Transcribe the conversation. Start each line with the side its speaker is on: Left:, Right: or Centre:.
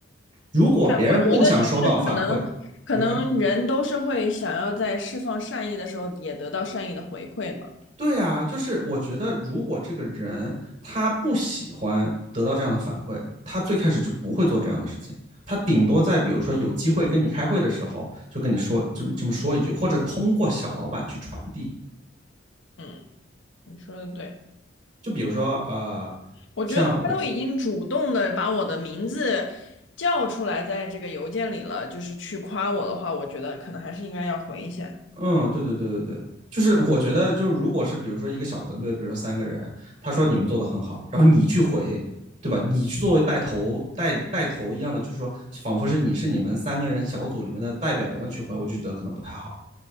Right: 如果别人不想收到反馈，
Left: 对，我觉得就是可能，可能人都是会想要在释放善意的时候也得到善意的回馈嘛。
Right: 嗯哼。对啊，就是我觉得，如果这个人他不喜欢得到这样的反馈，他最开始就不会做这样的事情。他顶多在比如说有机会跟你开会的时候，就跟你说这么这么说一句，或者通过小老板去传递。
Left: 嗯，你说的对，
Right: 就比如说，呃，
Left: 我觉得他都已经主动的把我的名字叫出来，
Right: 像我
Left: 在这个邮件里了，就是去夸我的话，我觉得可能还是应该要回一下。
Right: 嗯，对对对对对，就是我觉得，就是如果是比如说一个小团队，比如说三个人，他说你们做的很好，然后你去回，对吧？你去作为带头带带头一样的，就是说仿佛是你是你们三个人小组里面的代表一样去回，我就觉得可能不太好。